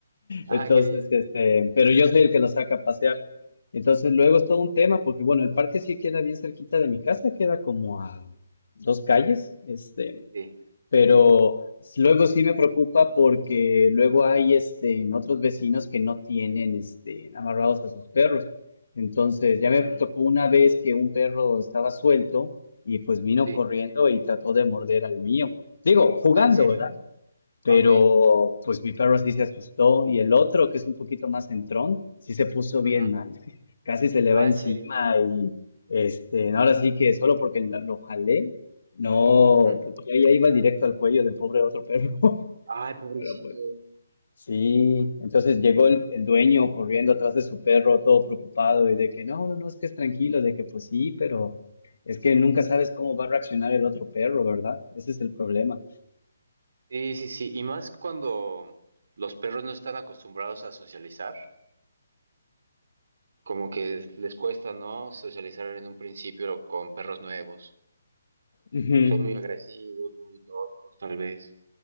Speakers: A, on the right; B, on the left.
A: Ajá,
B: Entonces,
A: qué bien.
B: este, pero yo soy el que la saca a pasear. Entonces, luego es todo un tema, porque bueno, el parque sí queda bien cerquita de mi casa, queda como a dos calles, este,
A: Sí.
B: pero luego sí me preocupa porque luego hay este, otros vecinos que no tienen este, amarrados a sus perros. Entonces, ya
A: Mm,
B: me tocó una vez que un perro estaba suelto y pues vino
A: sí.
B: corriendo y trató de morder al mío. Digo, jugando,
A: Ah, ¿en serio?
B: ¿verdad? Pero
A: Ah, Ok.
B: pues mi perro sí se asustó y el otro, que es un poquito más centrón, sí se puso
A: Ujú.
B: bien mal. <laughs> Casi se le
A: Ah,
B: va encima
A: ¿en serio?
B: y este, no, ahora sí que solo porque la- lo jalé, no,
A: Ujú.
B: porque ya, ya iba directo al cuello del pobre otro perro.
A: Ay,
B: <laughs>
A: pobrecito.
B: Pero pues sí, entonces llegó el, el dueño corriendo atrás de su perro todo preocupado y de que no, no, no, es que es tranquilo, de que pues sí, pero es que nunca sabes cómo va a reaccionar el otro perro, ¿verdad? Ese es el problema.
A: Sí, sí, sí. Y más cuando los perros no están acostumbrados a socializar, como que les cuesta, ¿no? Socializar en un principio con perros nuevos.
B: Ujú.
A: Son muy agresivos, muy toscos, tal vez.